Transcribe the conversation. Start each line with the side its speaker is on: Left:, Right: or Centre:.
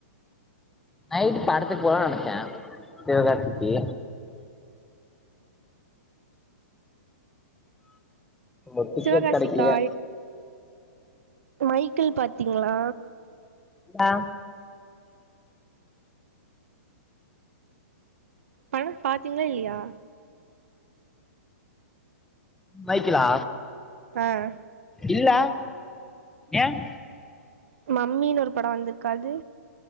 Centre: நைட்டு படத்துக்கு போல நெனைச்சே ஒரு டிக்கெட்
Right: சிவகாசிக்கா
Centre: கெடைக்கலையே
Right: மைக்கிள் பாத்தீங்களா
Centre: ஆஹ்
Right: படம் பாத்தீங்களா இல்லையா
Centre: மைக்கிலா
Right: ஆஹ்
Centre: இல்ல ஏன்
Right: மம்மின்னு ஒரு படம் வந்திருக்கு அது